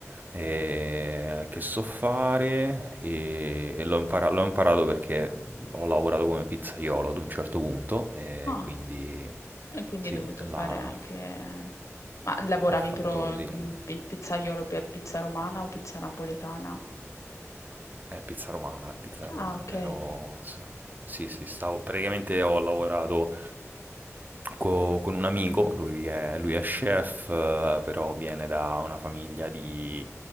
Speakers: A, on the right; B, on the left.
A: ehm, che so fare, ehm, e l'ho impara l'ho imparato perché, mhmm, ho lavorato come pizzaiolo ad un certo punto, ehm,
B: Ah,
A: quindi
B: e quindi
A: sì,
B: hai dovuto
A: la
B: fare anche... Ma lavoravi
A: ho fatto
B: per
A: sì l
B: mm, pi- pizzaiolo per pizza romana o pizza napoletana?
A: Eh, pizza romana, pizza romana,
B: Ah, ok.
A: ero... s- Sì, sì, stavo... Praticamente ho lavorato co- con un amico, lui è, lui è chef, eh, però viene da una famiglia di,